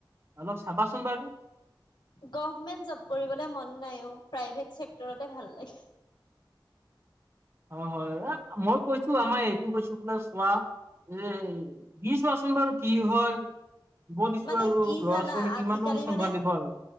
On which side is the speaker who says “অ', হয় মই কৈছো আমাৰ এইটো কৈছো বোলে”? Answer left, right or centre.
Right